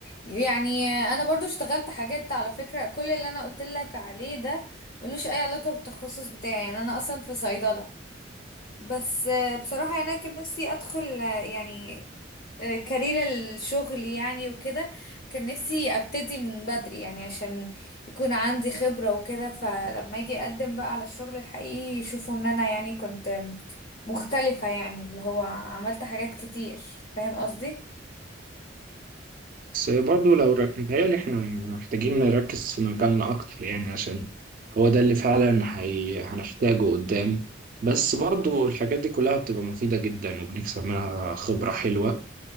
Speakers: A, on the left; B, on the right.
A: يعني انا برضو اشتغلت حاجات على فكرة كل اللي انا قلت لك عليه ده ملوش اي علاقة بالتخصص بتاعي يعني انا اصلا في صيدلة بس آه، بصراحة يعني أنا كان نفسي أدخل آه، يعني آه، كارير الشغل يعني وكده كان نفسي أبتدي من بدري يعني عشان يكون عندي خبرة وكده فلما أجي أقدم بقى على الشغل الحقيقي يشوفوا إن أنا يعني كنت مختلفة يعني اللي هو عملت حاجات كتير فاهم قصدي؟
B: بس برضه لو رك... متهيألي احنا محتاجين نركز في مجالنا أكتر يعني عشان هو ده اللي فعلا هي... هنحتاجه قدام بس برضه الحاجات دي كلها بتبقى مفيدة جدا وبنكسب منها خبرة حلوة